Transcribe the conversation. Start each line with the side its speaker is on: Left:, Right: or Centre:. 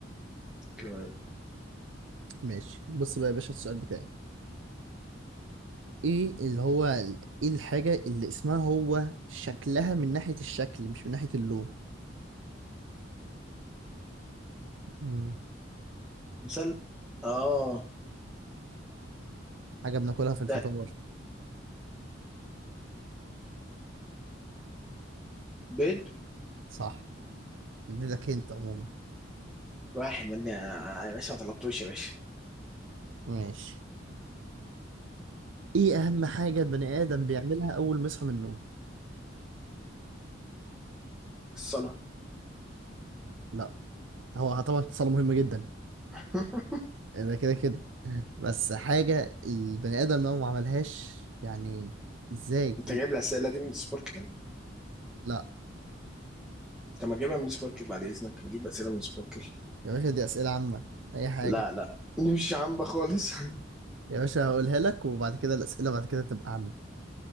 Centre: كام؟
Right: ماشي بص بقى يا باشا السؤال بتاعي ايه اللي هو ايه الحاجة اللي اسمها هو شكلها من ناحية الشكل مش من ناحية اللون مم.
Centre: مثال اه
Right: حاجة بناكلها في الفطار
Centre: لا بيض
Right: صح اديتك انت عموما
Centre: واحد من يا باشا ما طلبتوش يا باشا
Right: ماشي ايه اهم حاجة البني ادم بيعملها اول ما يصحى من النوم
Centre: الصلاة
Right: لا هو طبعا اتصال مهم جدا
Centre: <laughs>
Right: ده كده كده بس حاجة البني آدم لو ما عملهاش يعني ازاي
Centre: انت جايب الأسئلة دي من سبوركل
Right: لا
Centre: طب ما تجيبها من سبوركل بعد إذنك نجيب أسئلة من سبوركل
Right: يا باشا دي أسئلة عامة أي حاجة
Centre: لا لا دي مش عامة خالص <laughs>
Right: يا باشا هقولها لك وبعد كده الأسئلة بعد كده تبقى عامة